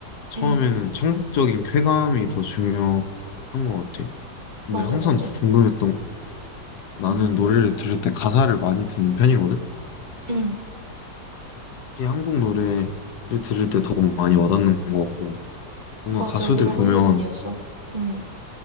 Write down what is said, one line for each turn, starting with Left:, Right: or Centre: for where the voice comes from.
Left: 처음에는
Right: 응,
Left: 청각적인 쾌감이 더 중요한 것 같아. 근데
Right: 맞아,
Left: 항상
Right: 맞아.
Left: 궁금했던 게 나는
Right: 응,
Left: 노래를 들을 때 가사를 많이 듣는 편이거든.
Right: 응,
Left: 특히 한국 노래를 들을 때 더 많이 와닿는 것 같고 뭔가
Right: 맞아.
Left: 가수들
Right: 우리가
Left: 보면
Right: 한국인이어서. 응,